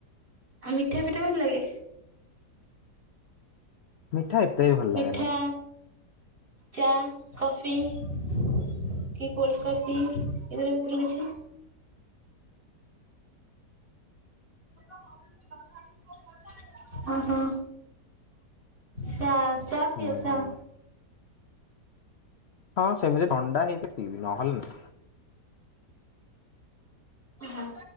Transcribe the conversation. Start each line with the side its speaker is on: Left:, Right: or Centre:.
Right: ଆଉ ମିଠା ପିଠା ଭଲ ଲାଗେ?
Left: ମିଠା ଏତେ ବି ଭଲ
Right: ମିଠା,
Left: ଲାଗେନି
Right: ଚା, କଫି କି କୋଲ୍ଡ କଫି ଏଗୁରା ଭିତରୁ କିଛି? <unintelligible> ଉ ହୁଁ ଚା ଚା
Left: ହୁଁ
Right: ପିଅ ଚା?
Left: ହଁ ସେମିତି ଥଣ୍ଡା ହେଇଥିଲେ ପିଇବି ନହେଲେ ନା।
Right: ହଁ